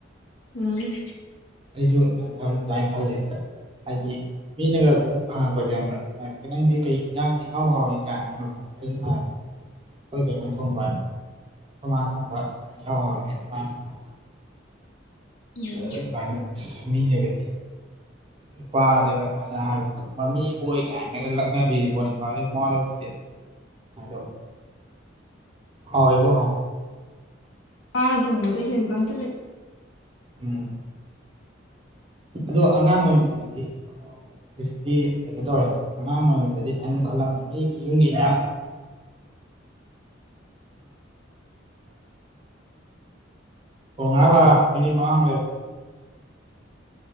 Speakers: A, on the left (about 85°); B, on the right (about 30°).
A: ꯎꯝ
B: ꯑꯩꯁꯨ ꯑꯗꯨꯃ ꯑꯗꯨꯃꯥꯏꯅ ꯈꯜꯂꯦ ꯍꯦꯛꯇ ꯍꯥꯏꯗꯤ ꯃꯤꯅꯒ ꯑꯗꯨꯝ ꯍꯪꯉꯛꯄꯁꯦ ꯍꯪꯕ ꯍꯉꯀꯦ ꯅꯪꯗꯤ ꯀꯩ ꯏꯟꯖꯥꯡꯅꯩꯍꯥꯎ ꯍꯥꯎꯋꯏ ꯀꯥꯏꯅ ꯍꯉꯄꯁꯦ ꯑꯗꯨ ꯑꯩꯈꯣꯏ ꯀꯩꯅꯣ ꯊꯣꯡꯕ ꯊꯣꯃꯥ ꯊꯣꯡꯕ ꯑꯗꯨ ꯌꯥꯎꯔꯔꯦ ꯑꯗꯨꯃꯥꯏ ꯅꯨꯡꯉꯥꯏ
A: ꯎꯝ
B: ꯑꯗꯨ ꯑꯗꯨꯃꯥꯏꯅ ꯃꯤꯔꯒꯗꯤ ꯅꯨꯄꯥꯗꯒ ꯑꯗꯨꯃꯥꯏꯅ ꯍꯥꯏꯕꯗꯨ ꯃꯝꯃꯤꯕꯨꯣꯣꯏ ꯀꯥꯏ ꯂꯒꯅ ꯄꯤꯣꯅꯤ ꯃꯣꯂ ꯄꯤ ꯗꯣ ꯍꯥꯎꯕꯨ ꯍ
A: ꯋꯥꯅ ꯊꯣꯡꯕꯗ ꯍꯦꯟꯕ ꯑꯝꯇ ꯂꯩ
B: ꯎꯝ ꯑꯗꯣ ꯑꯉꯥꯡ ꯑꯣꯏꯔꯤꯉꯩꯗꯗꯤ ꯍꯧꯖꯤꯛꯇꯤ ꯀꯩꯅꯣ ꯇꯧꯔꯦ ꯑꯉꯥꯡ ꯑꯣꯏꯔꯤꯉꯩꯗꯗꯤ ꯍꯥꯏ ꯈꯜꯂꯝꯃꯦ ꯃꯤꯒꯤ ꯌꯨꯝꯒꯤꯥꯡ <inaudible> <inaudible> ꯑꯣ ꯉꯥꯂꯥ ꯃꯤꯅꯤꯠ ꯃꯉꯥꯡ